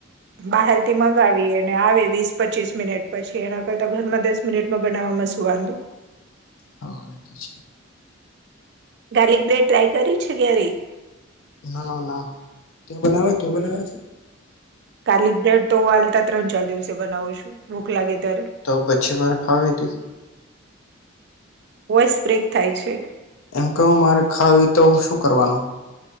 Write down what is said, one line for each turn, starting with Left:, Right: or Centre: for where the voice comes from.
Right: બાહારથી મંગાવીએ અને આવે વીસ-પચ્ચીસ મિનિટ પછી એના કરતા ઘરમાં દસ મિનિટમાં બનાવામાં શું વાંધો.
Left: હ, એ તો છે.
Right: ગાર્લિક બ્રેડ ટ્રાય કરી છે કયારે?
Left: ના, ના, કેવું બનાવે? કેવું બનાવે છે?
Right: ગાર્લિક બ્રેડ તો હાલતા ત્રણ-ચાર દિવસે બનાવું છું, ભૂખ લાગે ત્યારે.
Left: તો પછી મારે ખાવી હતી?
Right: વોઈસ બ્રેક થાય છે.
Left: એમ કહું, મારે ખાવી તો શું કરવાનું?